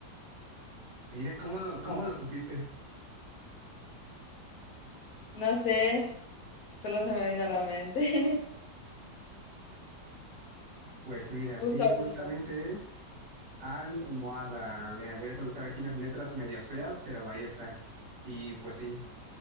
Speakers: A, on the right (about 80°); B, on the left (about 60°).
A: Mira, ¿cómo lo, cómo
B: No,
A: lo supiste?
B: no sé. Solo se me vino a la mente.
A: Pues mira, sí,
B: <laughs> Justo ahorita.
A: justamente es almohada. Mira, voy a colocar aquí las letras medias feas, pero ahí está. Y pues sí,